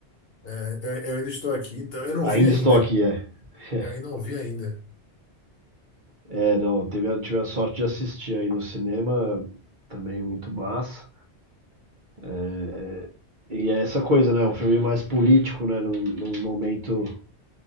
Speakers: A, on the left; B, on the right.
A: É, eu, eu ainda estou aqui, então eu não
B: Ainda
A: vi ainda.
B: estou aqui, é. <laughs>
A: Eu ainda não vi ainda.
B: É, não, teve, a- tive a sorte de assistir aí no cinema, também muito massa. É, é, E é essa coisa, né? Um filme mais político, né? Num, num momento,